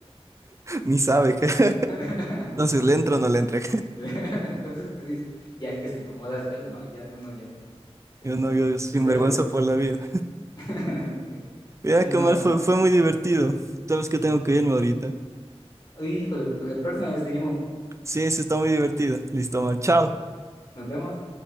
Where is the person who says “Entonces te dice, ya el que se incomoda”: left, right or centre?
Left